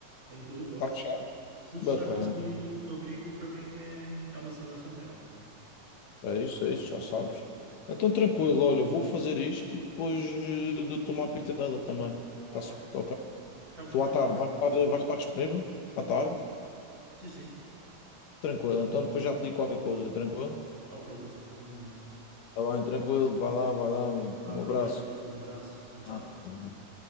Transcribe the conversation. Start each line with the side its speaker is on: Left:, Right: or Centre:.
Right: Tenho todo o gosto.
Left: Está fechado?
Right: Se fechar
Left: Bacana.
Right: contigo e com o teu amigo, para mim é, é uma segurança maior.
Left: É isso, é isso, já sabes. Então tranquilo, olha, eu vou fazer isto e depois eh, dou-te uma pitadela também.
Right: Ok.
Left: Tá-se, ok?
Right: Ficamos
Left: Tu
Right: combinados
Left: à tarde
Right: assim.
Left: vais estar, vais estar disponível? À tarde?
Right: Sim, sim.
Left: Tranquilo, então depois já te digo qualquer coisa, tranquilo?
Right: Ok, Lúcio, está combinado.
Left: Tá bem, tranquilo, vai lá, vai lá, amigo.
Right: Vá,
Left: Um
Right: obrigado,
Left: abraço.
Right: Lúcio. Um abraço. Tchau, tchau.
Left: Ah, um abraço.